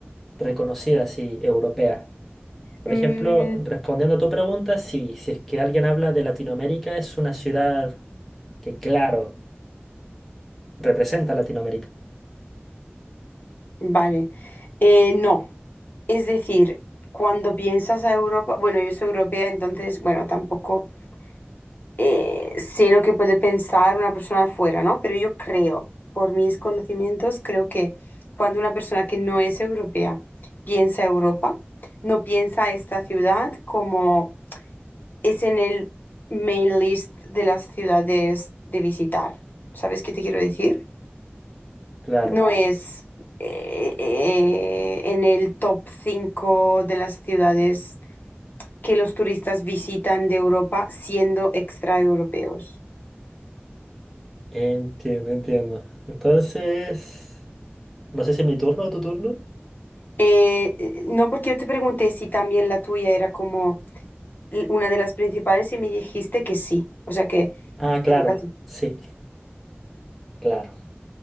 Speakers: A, in the centre; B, on the left (about 45°).
A: reconocida, así, europea. Por
B: Mm,
A: ejemplo, respondiendo a tu pregunta, sí, si es que alguien habla de Latinoamérica, es una ciudad que, claro. representa a Latinoamérica.
B: vale. Eh, no. Es decir, cuando piensas a Europa, bueno, yo soy europea, entonces, bueno, tampoco eh, sé lo que puede pensar una persona de fuera, ¿no? Pero yo creo, por mis conocimientos, creo que cuando una persona que no es europea piensa Europa, no piensa esta ciudad como es en el main list de las ciudades de visitar. ¿Sabes qué te quiero decir?
A: Claro,
B: No es eh, eh, en el top 5 de las ciudades que los turistas visitan de Europa siendo extraeuropeos.
A: entiendo, entiendo. Entonces, no sé si es mi turno o tu turno.
B: Eh, eh, no porque yo te pregunté si también la tuya era como l- una de las principales y me dijiste que sí, o sea que
A: Ah,
B: te
A: claro,
B: toca a ti.
A: sí, claro.